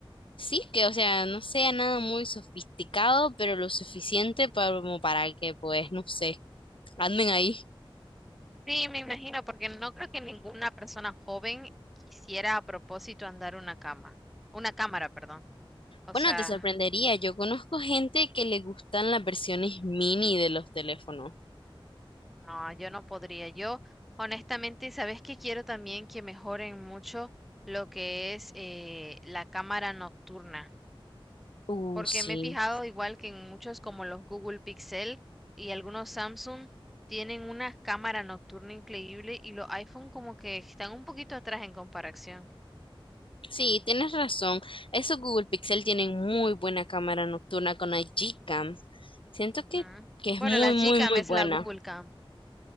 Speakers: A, on the left; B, in the centre.
A: Sí, que o sea, no sea nada muy sofisticado, pero lo suficiente para, como para que, pues, no sé, anden ahí.
B: Sí, me imagino, porque no creo que ninguna persona joven quisiera a propósito andar una cama, una cámara, perdón. O
A: Bueno,
B: sea,
A: te sorprendería, yo conozco gente que le gustan las versiones mini de los teléfonos.
B: no, yo no podría. Yo, honestamente, ¿sabes que quiero también que mejoren mucho lo que es eh, la cámara nocturna?
A: Uh,
B: Porque
A: sí.
B: me he fijado igual que en muchos como los Google Pixel y algunos Samsung tienen una cámara nocturna increíble y los iPhone como que están un poquito atrás en comparación.
A: Sí, tienes razón. Esos Google Pixel tienen muy buena cámara nocturna con la Gcam. Siento
B: Ujú.
A: que, que es
B: Bueno,
A: muy,
B: la Gcam
A: muy, muy
B: es
A: buena.
B: la Google Cam.